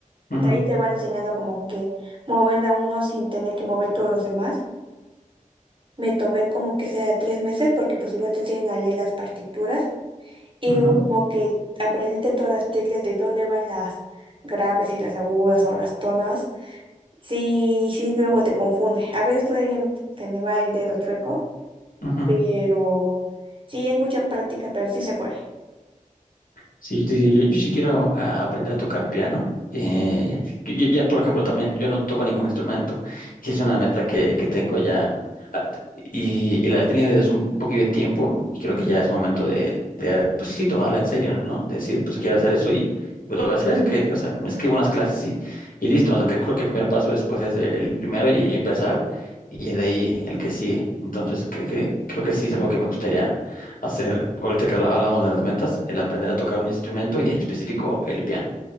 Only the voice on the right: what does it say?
De ahí te van enseñando como que mover a uno sin tener que mover todos los demás. Me tomé como que sea tres meses porque pues igual te enseñan a leer las partituras y
luego como que aprendiste todas las teclas de dónde van las graves y las agudas o las tonas. Sí, sí, luego te confunde. A veces todavía se me va el dedo chueco.
Pero sí, es mucha práctica, pero sí se puede.